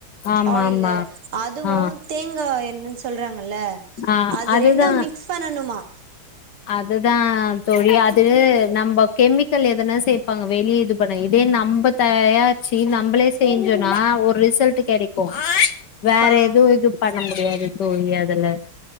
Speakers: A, on the left; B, on the right.
A: ஆமா
B: ஆயிலு
A: ஆமா
B: அதுவு
A: ஆ
B: தேங்காய் எண்ணெனு சொல்றாங்கல
A: ஆ
B: அது
A: அதுதா
B: ரெண்டும் மிக்ஸ் பண்ணணுமா
A: அதுதா தோழி அது நம்ப கெமிக்கல் எதனா சேப்பாங்க வெளியே இது பண்ண இதே நம்ம தயாரிச்சு நம்மளே செஞ்சோனா ஒரு ரிசல்ட் கிடைக்கு வேற
B: ஆ
A: எதுவு இது பண்ண முடியாது தோழி அதுல